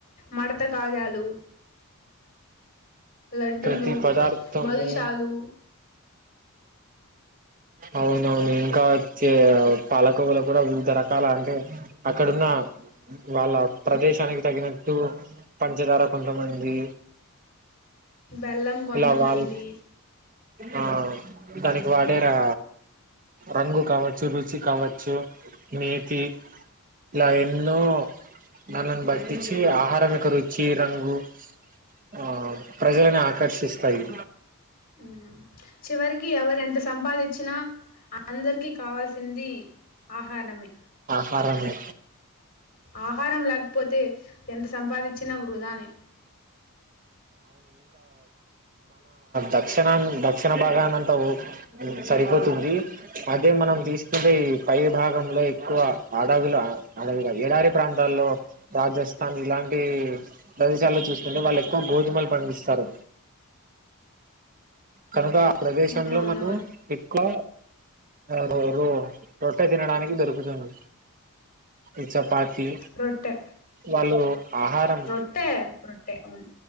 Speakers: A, on the left (about 40°); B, on the right (about 40°).
A: మడత కాజాలు. లడ్డులు,
B: ప్రతి పదార్థము
A: బాలుషాలు
B: అవునవును ఇంకా చే పాలకోవల గూడా వివిధ రకాల అంటే అ క్కడున్నా వాళ్ళ ప్రదేశానికి తగినట్టు పంచదార కొంతమంది
A: బెల్లం కొంతమంది
B: ఇలా వాళ్ ఆ దానికి వాడేరా రంగు కావచ్చు రుచి కావచ్చు నేతి ఇలా ఎన్నో నన్నని బట్టించి ఆహారం యెక్క రుచి రంగు ఆ ప్రజలన్ని ఆకర్షిస్తాయి
A: హ్మ్ చివరికి ఎవరు ఎంత సంపాదిచ్చినా అ అందరికీ కావాల్సింది ఆహారమే
B: పరను
A: ఆహారం లేకపోతే ఎంత సంపాదించినా వృధానేే
B: దక్షిణం దక్షిణ భాగానంతా ఓ సరిపోతుంది అదే మనం తీసుకుంటే పై భాగంలో ఎక్కువ అడవిల అడవిగాదు ఏడారి ప్రాంతాల్లో రాజస్థాన్ ఇలాంటి ప్రదేశాల్లో చూస్తుకుంటే వాళ్ళు ఎక్కువ గోధుమలు పండిస్తారు కనుక ఆ ప్రదేశంలో
A: అవునవునవును
B: మనం ఎక్కువ రో రో రొట్టె తినడానికి దొరుకుతుంది ఈ చపాతి
A: రొట్టె
B: వాళ్ళు ఆహారం
A: రొట్టె రొట్టె అవును